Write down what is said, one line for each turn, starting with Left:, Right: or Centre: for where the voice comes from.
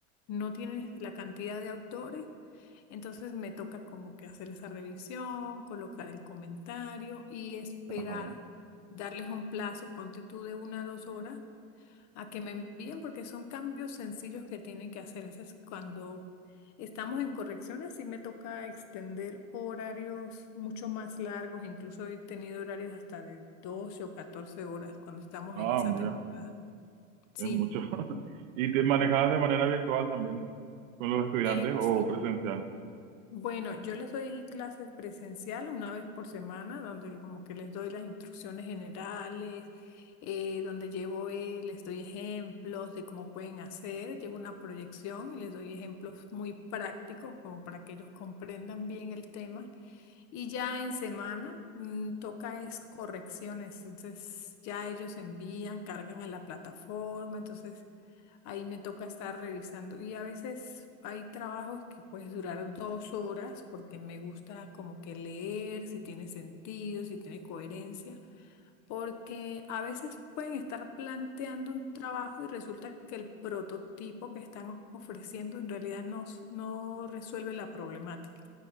Left: no tienes la cantidad de autores, entonces me toca como que hacer esa revisión, colocar el comentario y esperar,
Right: ajá.
Left: darles un plazo, ponte tú de una a dos horas a que me envíen porque son cambios sencillos que tienen que hacer. Entonces, cuando estamos en correcciones, sí me toca extender horarios mucho más largos, incluso he tenido horarios hasta de 12 o 14 horas cuando estamos
Right: Ah,
Left: en esa
Right: mira.
Left: temporada. Sí.
Right: es mucho. <laughs> ¿Y te manejabas de manera virtual también con los estudiantes
Left: Eh,
Right: o
Left: sí,
Right: presencial?
Left: Bueno, yo les doy clases presencial una vez por semana, donde como que les doy las instrucciones generales, eh, donde llevo, eh, les doy ejemplos de cómo pueden hacer, llevo una proyección y les doy ejemplos muy prácticos como para que ellos comprendan bien el tema. Y ya en semana, mm, toca es correcciones, entonces ya ellos envían, cargan a la plataforma, entonces ahí me toca estar revisando. Y a veces hay trabajos que puedes durar dos horas porque me gusta como que leer, si tiene sentido, si tiene coherencia, porque a veces pueden estar planteando un trabajo y resulta que el prototipo que están ofreciendo en realidad no, s- no resuelve la problemática.